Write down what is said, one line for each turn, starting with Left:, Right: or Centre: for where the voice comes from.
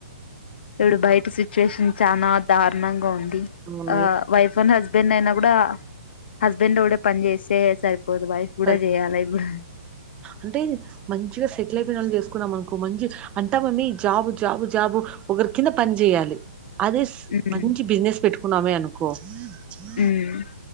Left: ఇప్పుడు బయట సిట్యు యేషన్ చానా దార్ ణంగా ఉంది
Right: ఉన్నాయి
Left: ఆ వైఫ్ అండ్ హస్బెండ్ అయినా కూడా హస్బెండ్ ఒకడే పని చేసి ఎ సరి పోదు వైఫ్ కూడా
Right: సరే
Left: చేయాలి ఇప్పుడు
Right: అంటే మంచిగా సెటిల్ అయిపోయిన వాళ్ళు చేసుకున్నాం అనుకో మంచి అంటా జాబు జాబు జాబు ఒకరి కింద పని చేయాలి. అదే
Left: ఉమ్
Right: మంచి బిజినెస్ పెట్టు కునామే అనుకో హ
Left: ఉమ్